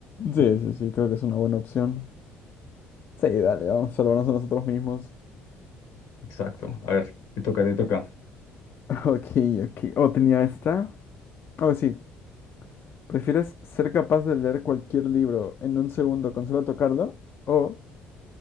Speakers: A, on the left (about 45°); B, on the left (about 75°).
A: Sí, sí, sí, creo que es una buena opción. Sí, dale, vamos a salvarnos a nosotros mismos.
B: Exacto. A ver, te toca, te toca.
A: <laughs> Ok, ok. Oh, tenía esta. Oh, sí. ¿Prefieres ser capaz de leer cualquier libro en un segundo con solo tocarlo? O